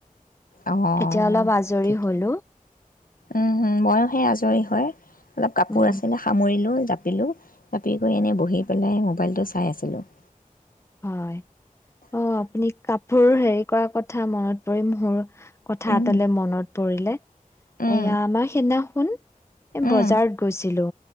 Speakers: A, on the left; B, on the left.
A: অঁ
B: এতিয়া অলপ আজৰি
A: ঠিকে
B: হ'লো।
A: উম, হু' ময়ো সে আজৰি হয় অলপ কাপোৰ
B: উম
A: আছিলে সামৰিলো। জাপিলোঁ, জাপি কৰি এনেই বহি পেলাই মোবাইলটো চাই আছিলোঁ
B: হয়। অ' আপুনি কাপোৰ হেৰি কৰা কথা কথা মনত পৰি, মোৰ কথা
A: উম,
B: এটালে মনত পৰিলে।
A: উম,
B: এয়া, আমাৰ সিদিনাখন,
A: উম,
B: বজাৰত গৈছিলো।